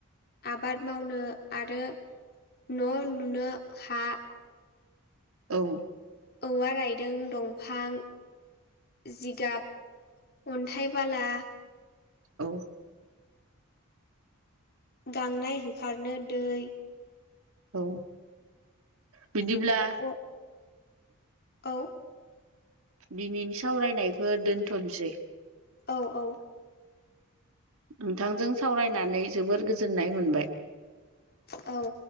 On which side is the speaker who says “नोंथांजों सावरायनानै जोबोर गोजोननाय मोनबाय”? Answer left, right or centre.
Right